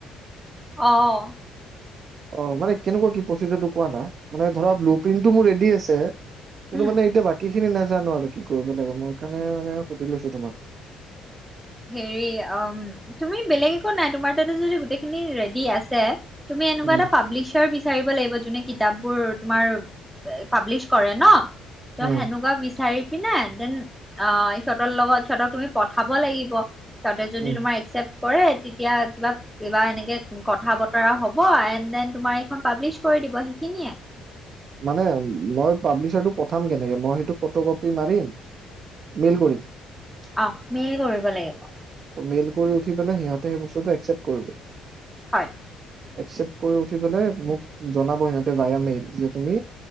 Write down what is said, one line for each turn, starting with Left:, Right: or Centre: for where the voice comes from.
Centre: অহ।
Right: অ মানে কেনেকুৱা কি প্ৰচিজৰটো কোৱা না, মানে ধৰা ব্লু প্ৰিণ্টটো মোৰ ৰেডি আছে। কিন্তু
Centre: উম
Right: মানে এতিয়া বাকী খিনি নেজানো আৰু কি কৰিব লাগে, মই কাৰণে মানে সুধি লৈছো তোমাক।
Centre: হেৰি অম তুমি বেলেগ একো নাই, তোমাৰ তাতে যদি গোটেইখিনি ৰেডি আছে তুমি এনেকুৱা
Right: উম,
Centre: এটা পাবলিছাৰ বি বিচাৰিব লাগিব যোনে কিতাপবোৰ তুমাৰ পাব্লিচ কৰে ন। ত
Right: উম,
Centre: সেনেকুৱা বিচাৰি পিনে দেন অ ইহঁতৰ লগত চতক তুমি পঠাব লাগিব। তাতে যদি
Right: উম।
Centre: তোমাৰ একচেপ্ট কৰে তেতিয়া কিবা- কিবা এনেকে কথা বতৰা হব এন দেন তোমাৰ এইখন পাব্লিছ কৰি দিব সেইখিনিয়ে।
Right: মানে মই পাব্লিচাৰটো পঠাম কেনেকে মই সেইটো ফটো কপি মাৰি মেইল কৰিম।
Centre: আহ, মেইল কৰিব লাগিব।
Right: মেইল কৰি কৰিপেলাই সিহঁতে সেই বস্তুটো একচেপ্ট কৰিব,
Centre: হয়
Right: একচেপ্ট কৈ উঠি পেলাই মোক জনাব সিহঁতে বায়া মেইল যে তুমি